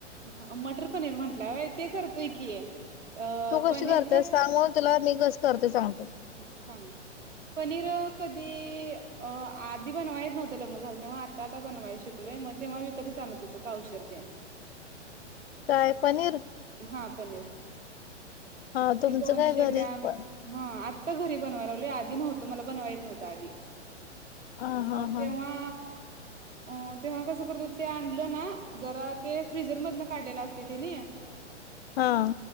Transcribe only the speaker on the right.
ह मटर पनीर म्हंटल्यावर ते करतोय की. अ
पनीर
सांगित. पनीर कधी अ आधी बनवायच नव्हतं लग्न झालं तेव्हा आ. ता बनवाय शिकलोय मग तेव्हा विकतच आणत होतो पाऊशरतेन.
हा पनीर
ते दोनशे
ग्रॅम.
हा आत्ता घरी बनवाय लावले आधी नव्हतं मला बनवायच नव्हतं आधी.
मग
तेव्हा. अ तेव्हा कसं करतो ते आणलं ना जरा ते फ्रिजर मधन काढलेलं असते तेनी. <inaudible>